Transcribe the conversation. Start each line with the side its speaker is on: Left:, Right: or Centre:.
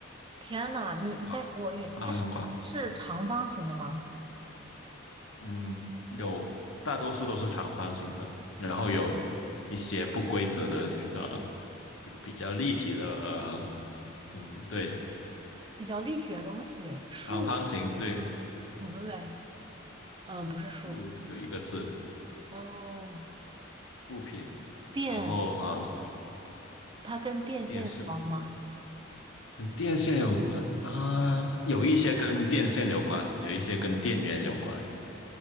Right: 天呐，你你再给我一点，
Left: 啊，范围很广，
Right: 它是是长方形的吗？
Left: 嗯，有大多数都是长方形的，然后有一些不规则的形状，比比较立体的，呃，嗯，对，
Right: 比较立体的东西，树，
Left: 长方形，对，
Right: 嗯，不对，嗯，不是树，
Left: 物只有一个字，
Right: 嗯，
Left: 物品，
Right: 电，
Left: 然后啊，
Right: 它跟电线有关吗？
Left: 电视跟电线有关啊，有一些跟电线有关，有一些跟电源有关